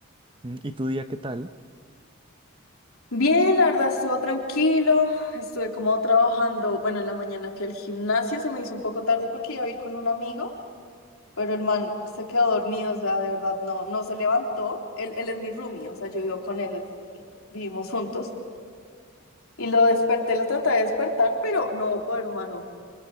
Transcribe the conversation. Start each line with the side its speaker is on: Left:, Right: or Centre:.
Right: Mm, ¿Y tu día qué tal?
Left: Bien, la verdad, estuvo tranquilo. Estuve como trabajando. Bueno, en la mañana fui al gimnasio, se me hizo un poco tarde porque iba a ir con un amigo, pero el man se quedó dormido, o sea, de verdad, no, no se levantó. Él, él es mi roomie, o sea, yo vivo con él, es- vivimos juntos. Y lo desperté, lo traté de despertar, pero no hubo poder humano.